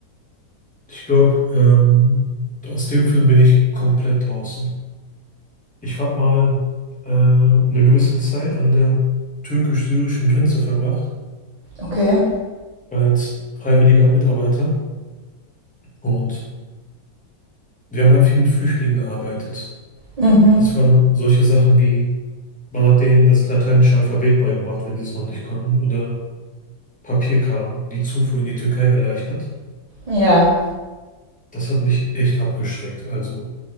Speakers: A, in the centre; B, on the right.
A: ich glaube, ähm, aus dem Film bin ich komplett draußen. Ich habe mal äh, eine gewisse Zeit an der türkisch-syrischen Grenze verbracht,
B: Okay.
A: als freiwilliger Mitarbeiter. Und wir haben halt viel mit Flüchtlingen gearbeitet.
B: Mhm.
A: Das waren solche Sachen wie Man hat denen das lateinische Alphabet beigebracht, wenn die es noch nicht konnten, oder Papierkram, die Zufuhr in die Türkei erleichtert.
B: Ja,
A: Das hat mich echt abgeschreckt. Also,